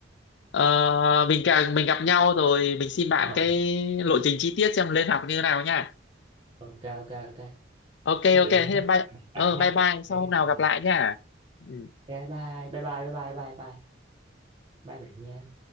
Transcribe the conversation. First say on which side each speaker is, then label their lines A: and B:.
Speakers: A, on the left; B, on the right.
A: ờ, mình càng mình gặp nhau rồi mình xin bạn
B: Ờ,
A: cái lộ trình chi tiết xem lên học như thế nào nha
B: ok ok ok
A: ok
B: cứ tự
A: ok
B: nhiên
A: thế
B: ha
A: bye
B: bạn
A: ờ,
B: ha
A: bye bye sau
B: những cái
A: hôm nào gặp lại nha Ừ.
B: bye bye bye bye bye bye bye bye bye bạn nha